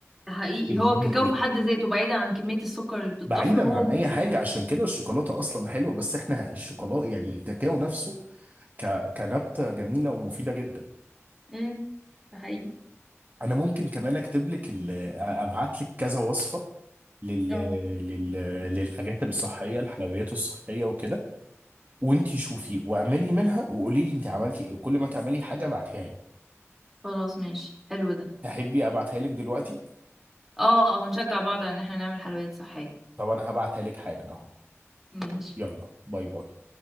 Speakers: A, in the centre; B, on the right (about 35°).
A: ده حقيقي
B: الهدوء
A: هو الكاكاو في حد ذاته بعيدا عن كمية السكر اللي بتضاف
B: بعيدا
A: له هو
B: عن اي حاجه عشان كده الشوكولاته اصلا حلوه بس احنا الشوكولاته يعني الكاكاو نفسه ك... كنبته جميله ومفيده جدا
A: امم ده حقيقي
B: انا ممكن كمان اكتب لك ال... ابعت لك كذا وصفه لل...
A: اه
B: لل... للحاجات الصحيه الحلويات الصحيه وكده وانتي شوفي واعملي منها وقولي لي انت عملتي ايه وكل ما تعملي حاجه ابعتيها لي
A: خلاص ماشي حلو ده
B: تحبي ابعتها لك دلوقتي
A: اه اه هنشجع بعض على ان احنا نعمل حلويات صحية
B: طب انا هبعتها لك حالا اهو
A: ماشي
B: يلا باي باي